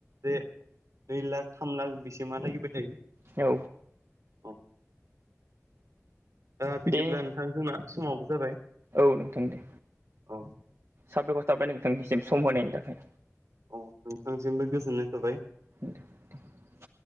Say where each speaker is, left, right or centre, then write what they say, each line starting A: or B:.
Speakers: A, on the right; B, on the right.
A: बे नै लाख थाम लाख बेसिमहालागैबो थायो।
B: औ
A: औ दा बिदिब्ला
B: दे
A: नोंथां जोंना समाबो जाबाय
B: औ नोंथां दे
A: औ
B: साबायखर थाबाय नोंथांनिसिम सम होनायनि थाखाय।
A: औ नोंथांसिमबो गोजोननाय थाबाय।
B: दे दे।